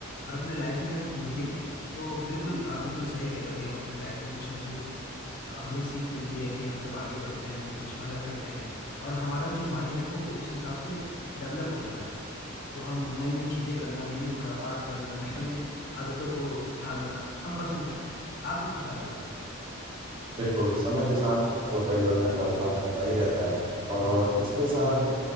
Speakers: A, on the left (about 45°); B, on the right (about 25°).
A: और अपने लाइफ में हम उन्नति किए हैं तो बिल्कुल आप बिल्कुल सही कह रहे हो कि हम अपने लाइफ में कुछ ना कुछ अ, हमें सीख मिलती है कि हम तब आगे बढ़ते हैं तो कुछ अलग करते हैं और हमारा जो माइंड है वो उस हिसाब से डेवलप होता रहता है तो हम नई नई चीजें करना नई नई खुरापात करना <laughs> नए नए आदतों को ढालना हम पसंद रखते हैं आप इसके बारे में क्या सोचते हैं
B: बिल्कुल समय के साथ तो परिवर्तन लगातार होता ही रहता है और इसके साथ